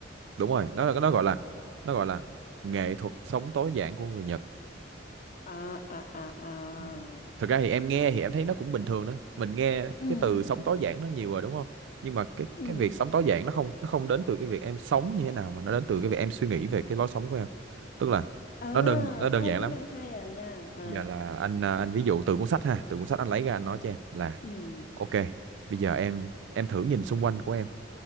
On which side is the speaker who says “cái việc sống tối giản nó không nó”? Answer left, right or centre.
Right